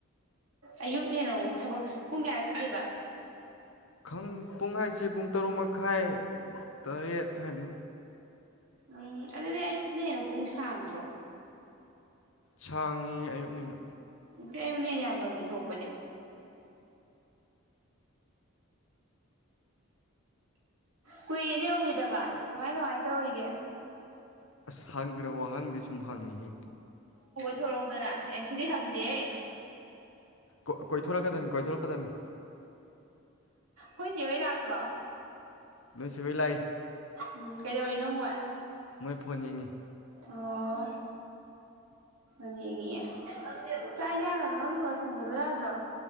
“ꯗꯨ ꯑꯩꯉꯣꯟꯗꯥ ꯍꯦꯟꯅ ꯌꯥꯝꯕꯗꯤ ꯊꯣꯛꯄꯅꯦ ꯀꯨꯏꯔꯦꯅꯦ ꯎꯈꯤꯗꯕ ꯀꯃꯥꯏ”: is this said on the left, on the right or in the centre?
Right